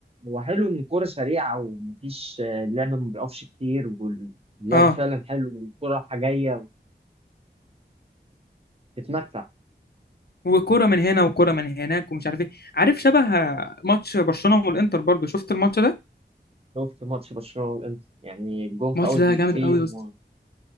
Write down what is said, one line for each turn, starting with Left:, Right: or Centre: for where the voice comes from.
Right: هو حلو ان الكوره سريعه ومفيش آه، اللعب ما بيقفش كتير واللعب
Left: اه
Right: فعلا حلو والكوره رايحه جايه فتتمتع
Left: وكرة من هنا وكرة من هناك ومش عارف ايه عارف شبه ماتش برشلونة والانتر برضو شفت الماتش ده
Right: شفت ماتش برشلونه والانتر يعني الجون في
Left: الماتش
Right: اول
Left: ده
Right: دقيقتين
Left: جامد قوي يا اسطى